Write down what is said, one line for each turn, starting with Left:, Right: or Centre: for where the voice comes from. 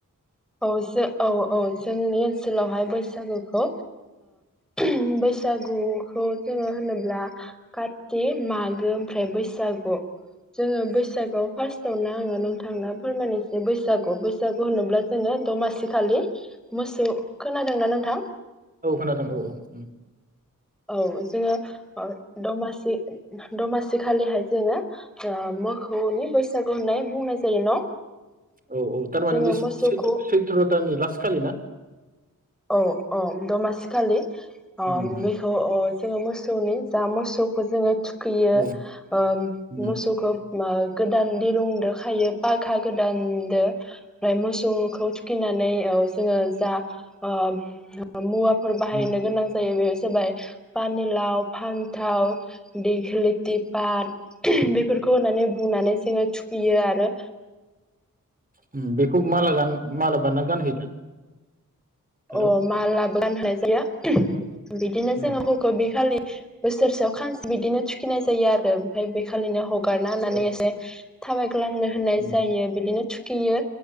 Centre: औ एसे औ औ जोंनि ओनसोलावहाय बैसागुखौ <unintelligible> बैसाग गुखौ जोङो होनोब्ला काति मागो ओमफ्राय बैसागु जोङो बैसागुआव फार्स्टआवनो आङो नोंथांनो फोरमानिसै बैसागु बैसागु होनोब्ला जोङो दमासि खालि मोसौ खोनादों ना नोंथां
Right: औ खोनादों औ औ उम
Centre: औ जोङो ओ दमासि दमासि खालिहाय जोङो ओ मोखौनि बैसागु होननाय बुंनाय जायो न
Right: औ औ थारमाने
Centre: जोङो
Right: बे सैथ्र
Centre: मोसौखौ
Right: दानि लास्त खालि ना
Centre: औ औ दमासि खालि ओ
Right: उम उम
Centre: बेखौ ओ जोङो मोसौनि जा मोसौखौ जोङो थु खैयो
Right: औ
Centre: ओ
Right: उम
Centre: मोसौखौ मा गोदान दिरुंदो खायो बा खा गोदानदो ओमफ्राय मोसौ खौ थु खैनानै औ जोङो जा ओ मुवा फोर बाहायनो
Right: उम
Centre: गोनां जा जायो बेयो जाबाय पानि लाव फान थाव दैगोलथि पात <unintelligible> बेफोरखौ होननानै बुनानै जोङो थु खैयो आरो
Right: उम्म बेखौ माला गान माला बानना गानहोयो दा हेलौ
Centre: अ मालाबो गान हो जायो <unintelligible>
Right: औ
Centre: बिदिनो
Right: उम
Centre: जोङो <unintelligible> बि खालि बोसोरसेयाव खांस बिदिनो थुखिनाय जायो आरो ओमफ्राय बेखालिनो ह हगारना होनानै
Right: औ
Centre: एसे थाबाय ग्लांनो होननाय
Right: उम
Centre: जायो बिदिनो थुखियो